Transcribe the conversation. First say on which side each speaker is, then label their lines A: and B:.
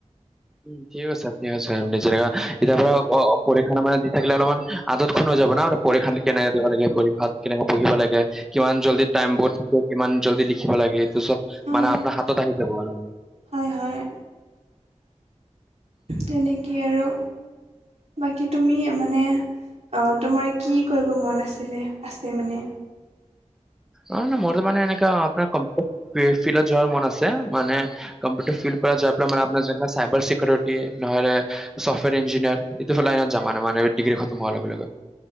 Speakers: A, in the centre; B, on the right.
A: উম, ঠিক আছে, ঠিক আছে, আমেনে ইতা বাৰু পৰীক্ষা মানে দি থাকিলে অলপমান আদতক্ষণ হৈ যাব না পৰীক্ষা কেনে দিব লাগে পৰীক্ষাত কেনেকে বহিব লাগে কিমান জল্দি টাইম বোৰ থাকে কিমান জল্দি লিখিব লাগে এইটো চ'ব
B: হয়
A: মানে আপোনাৰ হাত ত, আহি যাব আৰু।
B: হয় হয়। তেনেকেই আৰু বাকী তুমি মানে তোমাৰ কি কৰিব মন আছিলে? আছে মানে।
A: অ, ন মোৰো মানে এনেকা আপোনাৰ কম্পিউটাৰ ফিলত যোৱাৰ মন আছে মানে কম্পিউটাৰ ফিল্ড পৰা যায় মানে আপোনাৰ চাইবাৰ চিকিউৰিটী নহ'লে চফ্টৱেৰ ইঞ্জিনিয়াৰ এইটো লাইনত যাম মানে ডিগ্ৰী খতম হোৱাৰ লগে লগে।